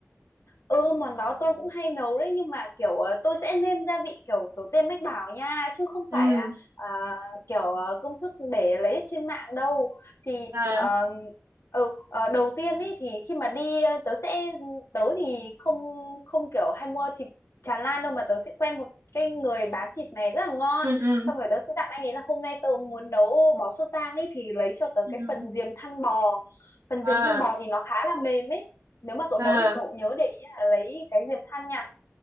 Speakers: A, on the left; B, on the right.
A: Ừ món đó tôi cũng hay nấu đấy nhưng mà kiểu ờ, tôi sẽ nêm gia vị kiểu tổ tiên mách bảo nha chứ không
B: Ừ.
A: phải là à, kiểu ờ, công thức để lấy ở trên mạng đâu thì
B: À,
A: ờ, ừ, ờ, đầu tiên ấy thì khi mà đi ờ, tớ sẽ tớ thì không không kiểu hay mua thịt tràn lan đâu mà tớ sẽ quen một cái người bán thịt này rất là ngon
B: ừ ừ.
A: xong rồi tớ sẽ dặn anh ấy là hôm nay tớ muốn nấu bò sốt vang ấy thì lấy cho tớ
B: ừ,
A: cái
B: ừ.
A: phần diềm thăn bò phần
B: À,
A: diềm thăn bò thì nó khá là mềm ấy nếu mà cậu
B: à,
A: nấu thì cậu nhớ để là lấy cái diềm than nha.